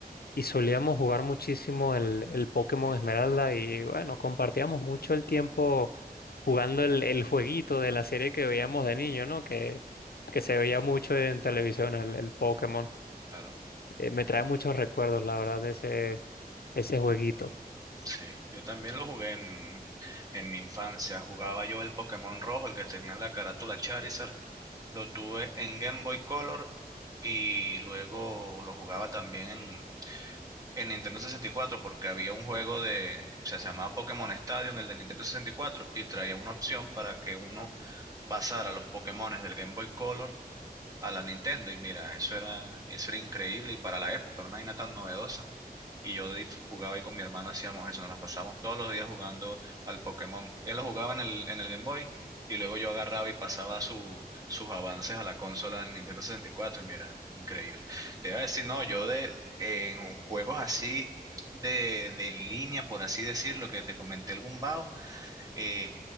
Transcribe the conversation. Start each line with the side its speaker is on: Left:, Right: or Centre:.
Left: y solíamos jugar muchísimo el, el Pokémon Esmeralda y bueno, compartíamos mucho el tiempo jugando el, el jueguito de la serie que veíamos de niño, ¿no? Que, que se veía mucho en televisión, el, el Pokémon.
Right: Claro,
Left: Eh, me trae muchos recuerdos, la verdad, de ese, ese jueguito.
Right: sí. Yo también lo jugué en, en mi infancia. Jugaba yo el Pokémon rojo, el que tenía la carátula Charizard, Lo tuve en Game Boy Color y luego lo jugaba también en, en Nintendo sesenta y cuatro porque había un juego de, o sea, se llamaba Pokémon Stadium, el de Nintendo sesenta y cuatro y traía una opción para que uno pasara los Pokémones del Game Boy Color a la Nintendo. Y mira, eso era, eso era increíble y para la época era una vaina tan novedosa y yo dif- jugaba ahí con mi hermano, hacíamos eso, nos las pasábamos todos los días jugando al Pokémon. Él lo jugaba en el, en el Game Boy y luego yo agarraba y pasaba su- sus avances a la consola en Nintendo 64 y cuatro y mira, increíble. Te iba a decir, no, yo de, en juegos así de, de línea, por así decirlo, que te comenté el Gumbao, eh,